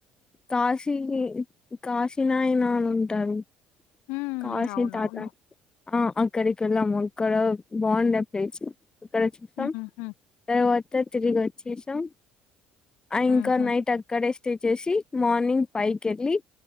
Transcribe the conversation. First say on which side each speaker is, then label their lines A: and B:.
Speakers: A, on the left; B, on the left.
A: కాశీ కాశినయనా అని ఉంటారు
B: ఉమ్
A: కాశి
B: అవునవును
A: దాదా ఆ అక్కడికి వెళ్ళాము అక్కడ బాగుంద ప్లేస్ ఇక్కడ చూసాం
B: ఉహు
A: తర్వాత తిరిగి వ చేసాం ఆ ఇంకా
B: ఉహు
A: నైట్ అక్కడే చేసి మార్నింగ్ ఫైవ్ కి వెళ్ళి